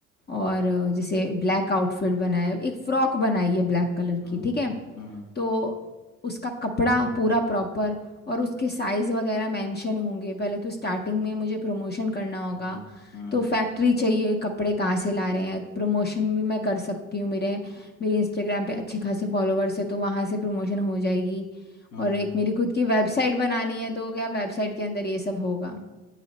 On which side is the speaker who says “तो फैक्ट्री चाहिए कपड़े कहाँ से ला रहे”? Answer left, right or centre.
Left